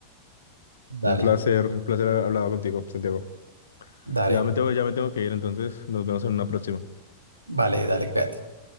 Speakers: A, on the right (about 85°); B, on the left (about 65°).
A: Dale,
B: Un placer, un placer haber hablado contigo, Santiago.
A: dale,
B: Ya me tengo, ya me tengo que ir, entonces nos vemos en una próxima.
A: vale, dale, cuídate.